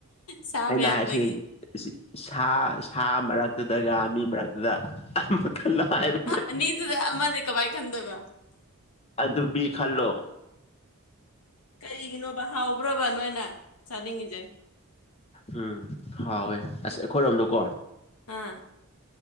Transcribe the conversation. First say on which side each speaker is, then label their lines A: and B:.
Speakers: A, on the left; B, on the left.
A: ꯁꯥ
B: ꯑꯩꯅ
A: ꯃꯌꯥꯝꯗꯒꯤ
B: ꯍꯥꯏꯁꯤ ꯁꯥ ꯁꯥ ꯃꯔꯛꯇꯨꯗꯒ ꯃꯤ ꯃꯔꯛꯇꯨꯗ ꯑꯃꯥ ꯃꯈꯜ ꯍꯥꯏꯕ
A: ꯑ- ꯑꯅꯤꯗꯨꯗ ꯑꯃꯗꯤ ꯀꯃꯥꯏ ꯈꯟꯗꯣꯏꯕ
B: ꯑꯗꯨ ꯃꯤ ꯈꯜꯂꯣ
A: ꯀꯩꯒꯤꯅꯣꯕ ꯍꯥꯎꯕ꯭ꯔꯕ ꯅꯣꯏꯅ ꯆꯥꯅꯤꯡꯉꯤꯖ‌ꯦ
B: ꯎꯝ ꯍꯥꯎꯋꯦ ꯑꯁ ꯑꯩꯈꯣꯏꯔꯣꯝꯗꯀꯣ
A: ꯑꯥ